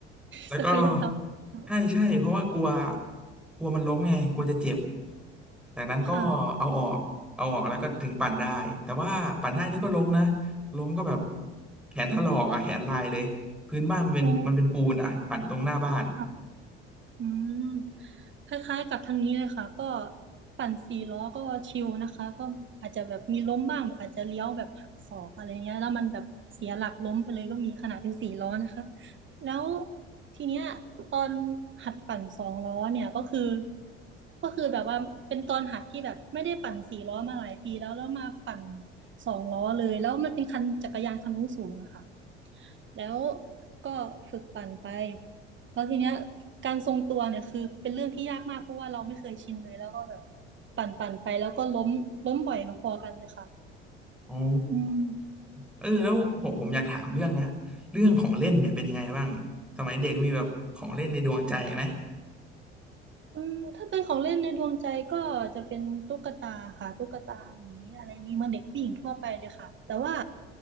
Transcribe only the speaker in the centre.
แล้วก็
ใช่ใช่เพราะว่ากลัว
กลัวมันล้มไงกลัวจะเจ็บจากนั้นก็เอาออกเอาออกแล้วก็ถึงปั่นได้แต่ว่าปั่นได้นี่ก็ล้มนะ
ล้มก็แบบแขนถลอกอ่ะแขนลายเลยพื้นบ้านมันเป็นมันเป็นปูนอ่ะปั่นตรงหน้าบ้าน
อ๋อ
เออแล้วผมผมอยากถามเรื่องนะเรื่องของเล่นเนี่ยเป็นยังไงบ้างสมัยเด็กมีแบบของเล่นในดวงใจไหม